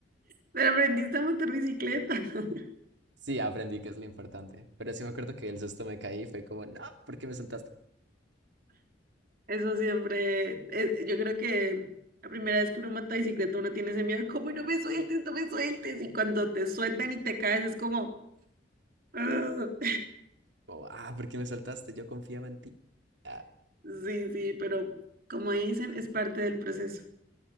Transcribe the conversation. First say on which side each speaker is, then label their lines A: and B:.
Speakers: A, on the right; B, on the right.
A: Pero aprendiste a montar bicicleta. <laughs>
B: Sí, aprendí que es lo importante. Pero sí me acuerdo que el susto me caí y fue como, no, ¿por qué me soltaste?
A: Eso siempre, es- yo creo que la primera vez que uno monta bicicleta uno tiene ese miedo, como no me sueltes, no me sueltes. Y cuando te sueltan y te caes es como... "Ugh".
B: O, ah, ¿por qué me soltaste? Yo confiaba en ti. Ah,
A: Sí, sí, pero como dicen, es parte del proceso.